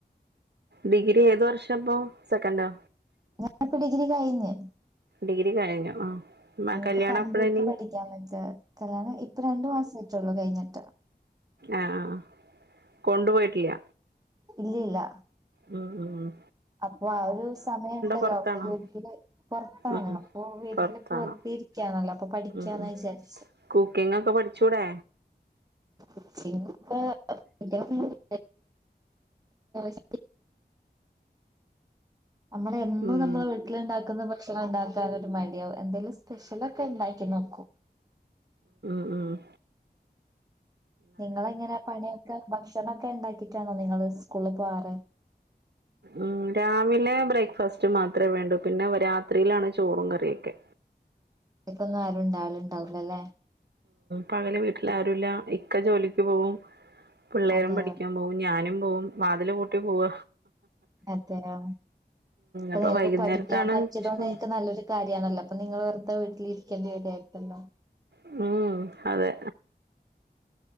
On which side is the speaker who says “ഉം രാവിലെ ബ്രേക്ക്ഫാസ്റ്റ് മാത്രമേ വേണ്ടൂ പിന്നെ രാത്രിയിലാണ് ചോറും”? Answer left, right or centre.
Right